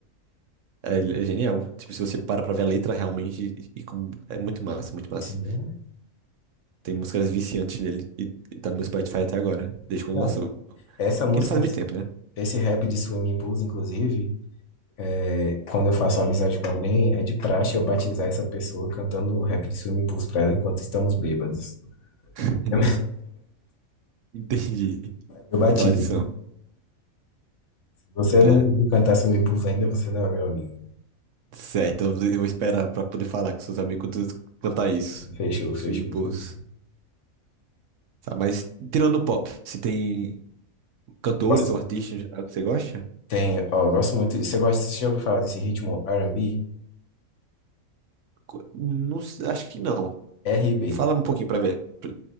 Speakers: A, on the right; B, on the left.
A: é, ele é genial. Tipo, se você para pra ver a letra realmente, e, e como- é muito massa, muito massa.
B: Sim.
A: Tem músicas viciantes dele e, e tá no meu Spotify até agora, desde quando
B: bom
A: lançou.
B: essa música,
A: Que não faz muito tempo, né?
B: esse rap de Swim Impulse, inclusive, é quando eu faço amizade com alguém, é de praxe eu batizar essa pessoa cantando o rap de Swimming Pools pra ela enquanto estamos bêbados.
A: <laughs>
B: É
A: Entendi.
B: Eu bati.
A: Não tradição.
B: Se você
A: né?
B: não me viu cantar Swimming Pools ainda, você não é meu amigo.
A: Certo, eu vou esperar pra poder falar com seus amigos quando tu cantar isso.
B: Fechou,
A: Swing
B: fechou,
A: Pulse.
B: fechou.
A: Tá, mas tirando pop, se tem cantores
B: Nossa,
A: ou artistas em geral que você gosta?
B: tem, ó, eu gosto muito. Você gosta, você já ouviu falar desse ritmo R&B?
A: Co- Não, s- acho que não.
B: RB.
A: Fala um pouquinho pra ver. P-